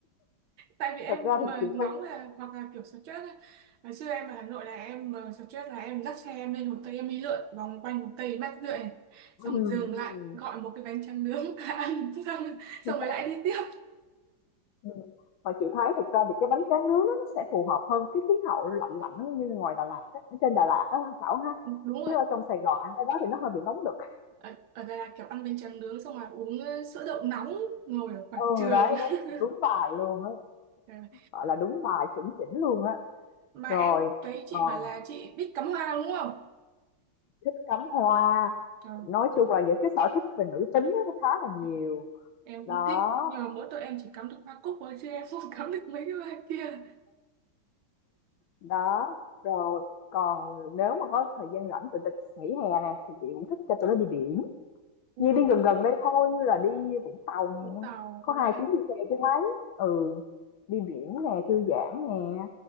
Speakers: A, on the right; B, on the left.
A: tại vì em
B: thật ra
A: mà
B: thì chị
A: nóng
B: cũng
A: là hoặc là kiểu stress ấy. ngày xưa em ở Hà Nội là em mà stress là em dắt xe em lên Hồ Tây em đi lượn vòng quanh Hồ Tây mát rượi này xong
B: ừm,
A: rồi dừng lại gọi một cái bánh tráng nướng <laughs> ăn xong
B: ừm.
A: xong rồi lại đi tiếp
B: Ừm, mà chị thấy thực ra thì cái bánh tráng nướng đó nó sẽ phù hợp hơn cái khí hậu lạnh lạnh như ngoài Đà Lạt á, ở trên Đà Lạt á ha Thảo ha.
A: Ừ, đúng rồi
B: Chứ ở trong Sài Gòn ăn cái đó thì nó hơi bị nóng đực.
A: ở, ở đây là kiểu ăn bánh tráng nướng xong là uống ờ, sữa đậu nóng ngồi ở quảng
B: Ừ
A: trường
B: đấy, đó,
A: <laughs>
B: đúng bài luôn á,
A: Trời ơi.
B: gọi là đúng bài chuẩn chỉnh luôn á.
A: mà
B: Rồi
A: em thấy chị
B: còn
A: bảo là chị biết cắm hoa đúng không
B: thích cắm hoa,
A: Trời,
B: nói chung là những cái sở thích về nữ tính á, nó khá là nhiều.
A: em em
B: Đó,
A: cũng thích nhưng mà mỗi tội em chỉ cắm được hoa cúc thôi chứ em không <laughs> cắm được mấy cái hoa kia
B: đó, rồi còn nếu mà có thời gian rảnh tụi tịch nghỉ hè nè thì chị cũng thích cho tụi nó đi biển
A: ừ,
B: Như đi gần gần đây thôi, như là đi Vũng Tàu nè,
A: Vũng Tàu
B: có
A: đúng
B: 2
A: rồi
B: tiếng đi xe chứ mấy. Ừ, đi biển nè, thư giãn nè,